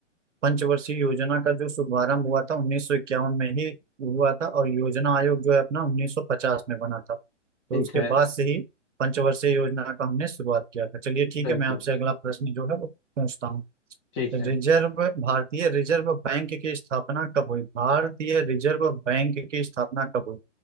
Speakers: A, on the right (about 75°); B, on the left (about 25°).
A: पंचवर्षीय योजना का जो शुभारंभ हुआ था 1951 में ही हुआ था और योजना आयोग जो है अपना 1950 में बना था तो
B: ठीक
A: उसके
B: है
A: बाद से ही पंचवर्षीय योजना का हमने शुरुआत किया था चलिए ठीक
B: बिल्कुल
A: है मैं आपसे अगला प्रश्न जो है वो पूछता हूँ
B: ठीक
A: रिजर्व
B: है
A: भारतीय रिजर्व बैंक की स्थापना कब हुई भारतीय रिजर्व बैंक की स्थापना कब हुई